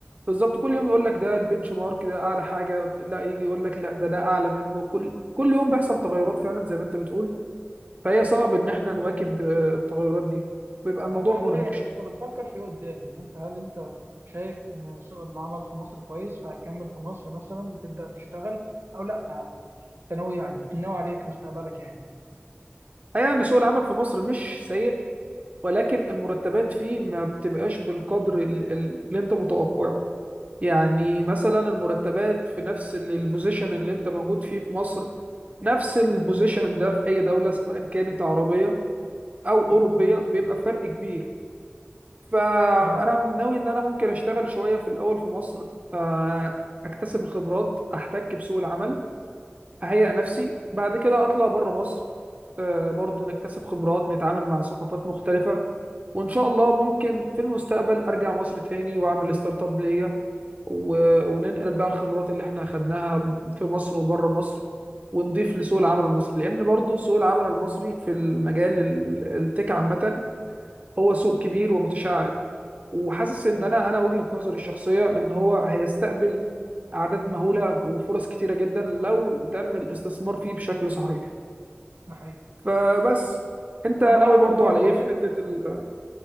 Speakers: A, on the right; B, on the right.
A: بالظبط كل يوم يقول لك ده البنش مارك ده اعلى حاجة لا يجي يقول لك لا ده ده اعلى منه كل كل يوم بيحصل تغيرات فعلا زي ما انت بتقول فهي صعب ان احنا نواكب آه، التغيرات دي بيبقى الموضوع
B: طب ده حاليا
A: مرهق شوية
B: انت بتفكر في ايه قدام يعني انت هل انت شايف ان سوق العمل في مصر كويس فهتكمل في مصر مثلا وتبدا تشتغل او لا يعني انت ناوي يعني ناوي على ايه في مستقبلك يعني
A: الحقيقة ان سوق العمل في مصر مش سيء ولكن المرتبات فيه ما بتبقاش بالقدر ال- ال- اللي انت متوقعه يعني مثلا المرتبات في نفس ال- البوزيشن اللي انت موجود فيه في مصر نفس البوزيشن ده في اي دولة سواء كانت عربية او اوروبية بيبقى فرق كبير فانا
B: معاك
A: ناوي ان انا ممكن اشتغل شوية في الاول في مصر آه، اكتسب الخبرات احتك بسوق العمل اهيئ نفسي بعد كده اطلع بره مصر آه، برضو نكتسب خبرات نتعامل مع ثقافات مختلفة وان شاء الله ممكن في المستقبل ارجع مصر تاني واعمل ستارت اب ليا و- وننقل بقى الخبرات اللي احنا اخدناها في مصر وبره مصر ونضيف لسوق العمل المصري لان برضو سوق العمل المصري في المجال ال- التك عامة هو سوق كبير ومتشعب وحاسس
B: ده
A: ان
B: حقيقي
A: انا انا وجهة نظري الشخصية ان هو هيستقبل اعداد مهولة وفرص كتيرة جدا لو تم الاستثمار فيه بشكل صحيح
B: ده حقيقي
A: فبس انت
B: انا
A: ناوي
B: معاك
A: برضو
B: في ده والله
A: على ايه في حتة ال...